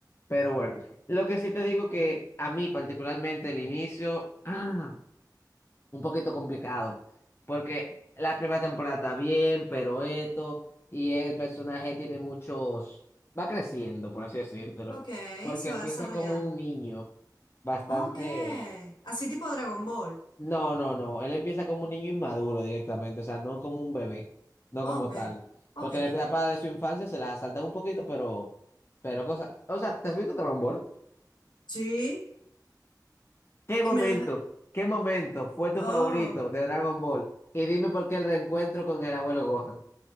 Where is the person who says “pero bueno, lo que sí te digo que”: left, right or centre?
Left